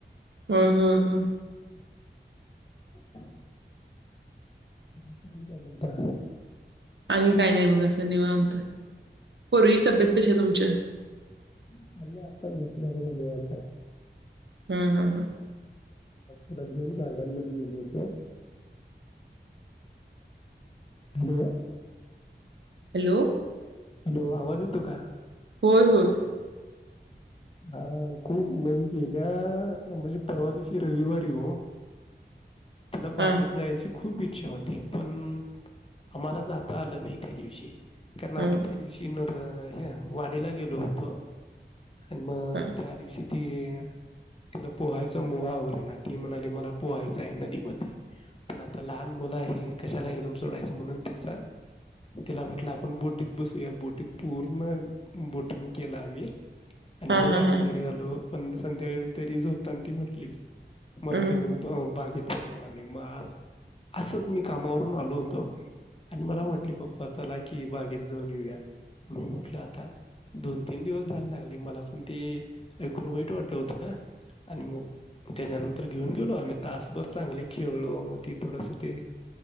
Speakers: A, on the right; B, on the left.
A: होय होय होय
B: <inaudible> बाकी आणि काय म्हणता?
A: आणि काय नाही मग असं निवांत. पोरगीची तब्येत- कशी आहे तुमच्या?
B: <unintelligible> आता झोपलिया बघा निवांत.
A: हम् हम् हम.
B: तिला घेऊन गार्डन मध्ये गेलो होतो. -Hello-
A: hello.
B: हॅलो आवाज येतो का?
A: होय होय.
B: हा, खूप म गेल्या- म्हणजे परवा दिवशी रविवारी वो. तिला बागेत
A: हां,
B: जायची- खूप इच्छा होती, पण- आम्हाला जाता आलं नाही त्या दिवशी. कारण
A: हं,
B: आम्ही त्या दिवशी न- हं ह्या वाडीला गेलो होतो. आणि मग
A: हां,
B: -त्या दिवशी- ती -तिला पोहायचा मोह आवरेना ती म्हणाली मला पोहायच आहे नदीत. मग ते पण आता लहान मुलं ये कशाला आपण सोडायच म्हणून त्याचा तिला म्हटलं आपण बोटीत बसूया बोटीत पूर्ण बोटिंग केला आम्ही आणि
A: हां,
B: मग
A: हां,
B: आम्ही
A: हां,
B: घरी आलो. पण संध्याकाळी तरी झोपताना ती म्हटलीच. मला
A: हं,
B: तुम्ही बागेत म्हणली मग आज असंच मी कामावरून आलो होतो आणि मला म्हटले पप्पा चला की बागेत जाऊन येऊया म्हटलं आता दोन तीन दिवस जायला लागले मला पण ते ऐकून वाईट वाटलं हो थोड आणि मग त्याच्यानंतर घेऊन गेलो आम्ही तासभर चांगले खेळलो मग ते थोडस ते